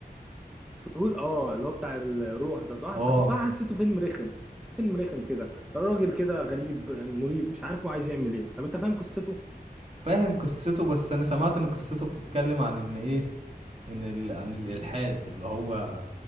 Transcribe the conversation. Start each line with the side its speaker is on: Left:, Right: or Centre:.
Centre: فول اه اللي هو بتاع الروح ده صح
Right: اه
Centre: بس بصراحه حسيته فيلم رخم حسيته فيلم رخم كده راجل كده غريب مريب مش عارف هو عايز يعمل ايه طب انت فاهم قصته
Right: فاهم قصته بس انا سمعت ان قصته بتتكلم عن ان ايه ان ال... عن الالحاد اللي هو